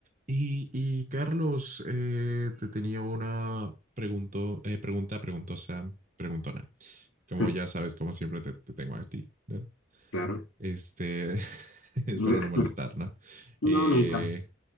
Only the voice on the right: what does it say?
Y, y, Carlos, eh, te tenía una pregunto, eh, pregunta preguntosa, preguntona.
Como ya sabes, como siempre te, te tengo a ti. ¿no
este, <laughs> espero
no molestar, ¿no?
Eh,